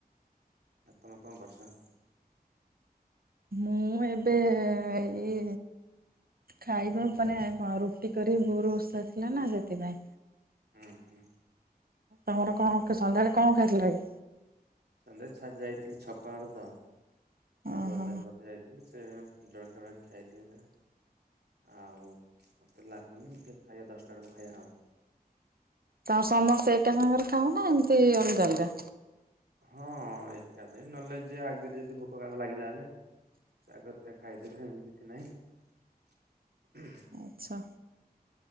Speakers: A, on the right; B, on the right.
A: ହଁ ତମେ କଣ କରୁଛ?
B: ମୁଁ ଏବେ ଏଇ ଖାଇବା ମାନେ କଣ ରୁଟି କରି ବୋଉ ର ଓଷା ଥିଲାନା ସେଥିପାଇଁ।
A: ହୁଁ ହୁଁ।
B: ପୁଣି କଣ କେ ସନ୍ଧ୍ୟାରେ କଣ ଖାଇଥିଲା କି?
A: କଲେଜ୍ ଛାଡ଼ି ଯାଇଥିଲି ଛକ ଆଡେ ତ। ଏ
B: ଓହୋ
A: ବଜାର ରଖି ଯାଥିଲ। ସେ ଜଳଖିଆ ଗୁଡା ଖିଆଥିଲି ପା ଆଉ ମୋତେ ଲାଗୁନି ଫେ ଖାଇବା ଦଶଟା ବେଳକୁ ଖାଇବା ଆଉ।
B: ତ ସମସ୍ତେ ଏକା ସାଙ୍ଗରେ ଖ ନା ଏମତି ଅଲଗା, ଅଲଗା
A: ହଁ, ଏକାଶ ବି ନହେଲେ ଯି ଆଗରେ ଯଦି ଭୋକ କାହାକୁ ଲାଗିଲା, ହେଲେ ସେ ଆଗତିରେ ଖାଇଦେବେ, ଏମିତି କିଛି ନାହିଁ।
B: ଆଚ୍ଛା,